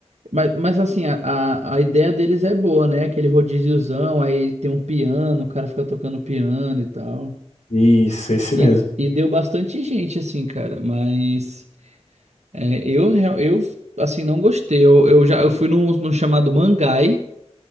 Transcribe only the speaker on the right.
mas, mas assim, a, a, a ideia deles é boa, né? Aquele rodíziozão, aí tem um piano, o cara fica tocando piano e tal.
E,
e deu bastante gente, assim, cara, mas é, eu, real- eu, assim, não gostei. Eu, eu já eu fui num, num chamado Mangai,